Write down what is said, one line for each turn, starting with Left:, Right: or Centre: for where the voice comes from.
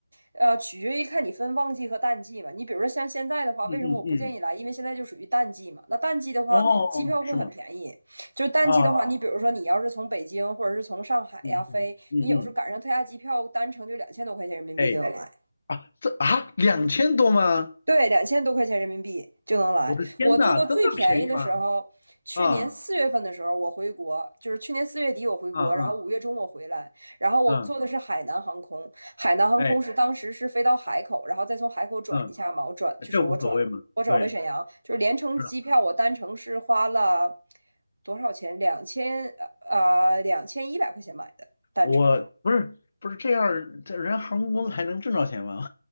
Right: 呃，取决于看你分旺季和淡季嘛。你比如说像现在的话，
Left: 嗯嗯嗯，
Right: 为什么我不建议来？因为现在就属于淡季嘛。那淡季的话，
Left: 哦，
Right: 机票会很便宜。
Left: 是吗？
Right: 就是淡季的话，
Left: 啊，
Right: 你比如说你要是从北京或者是从上海呀飞，
Left: 嗯嗯嗯嗯，
Right: 你有时候赶上特价机票，单程就两千多块钱人民币就能来。
Left: 哎啊，这啊两千多吗？
Right: 对，两千多块钱人民币就能来。
Left: 我的天呐，
Right: 我做过最便宜的时候，
Left: 这么便宜吗？
Right: 去年四月份的时候我回国，
Left: 啊
Right: 就是去年四月底我回国，
Left: 啊啊
Right: 然后五月中我回来，然后我坐的是海南航空，
Left: 嗯，
Right: 海南航空是当时是飞到海口，
Left: 哎。
Right: 然后再从海口转一下嘛，
Left: 嗯
Right: 我转就是我转我转回沈阳，
Left: 这无所谓嘛。对，
Right: 就是连程机票我单程是花了
Left: 是啊，
Right: 多少钱？两千呃呃两千一百块钱买的单程。
Left: 我不是不是这样儿这人航空公司还能挣着钱吗？